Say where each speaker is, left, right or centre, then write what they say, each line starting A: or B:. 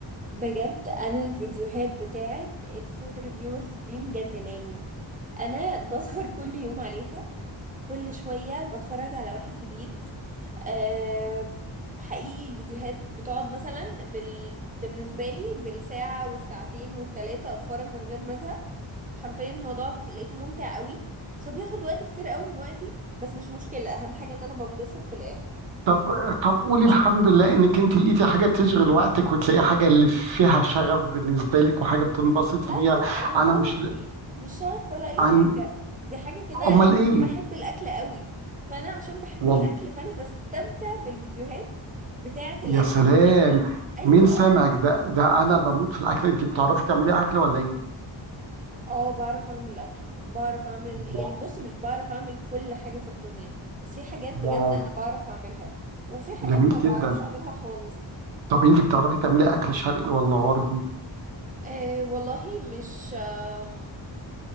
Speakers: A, on the right (about 20°); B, on the right (about 70°).
A: بجد انا الفيديوهات بتاعت الفود ريفيورز دي مجنناني انا بسهر كل يوم عليها كل شوية بتفرج على واحد جديد أه حقيقي الفيديوهات بتقعد مثلا بال... بالنسبة لي بالساعة والساعتين والتلاتة اتفرج من غير ما ازهق حرفيا الموضوع لقيته ممتع قوي بس هو بياخد وقت كتير قوي من وقتي بس مش مشكلة اهم حاجة ان انا بنبسط في الاخر
B: طب طب قولي الحمد لله انك انت لقيتي حاجه تشغل وقتك وتلاقي حاجه اللي فيها شغف بالنسبه لك وحاجه بتنبسطي
A: لا لا
B: بيها
A: لا والله
B: انا مش ل-
A: مش شغف ولا اي
B: عن
A: حاجه دي حاجه كده
B: امال
A: لان
B: ايه
A: انا بحب الاكل قوي فانا عشان بحب
B: والله
A: الاكل فانا بستمتع بالفيديوهات بتاعه الاكل
B: يا سلام
A: والناس اللي ايوه
B: مين سامعك ده ده انا بموت في الاكل انت بتعرفي تعملي اكل ولا ايه
A: اه بعرف اعمل اكل بعرف اعمل
B: واو
A: يعني بص مش بعرف اعمل كل حاجه في الدنيا بس في حاجات بجد
B: واو
A: انا بعرف اعملها وفي حاجات
B: جميل
A: ما
B: جدا
A: بعرفش اعملها خالص
B: طب انت بتعرفي تعملي اكل شرقي ولا غربي
A: آه والله مش آه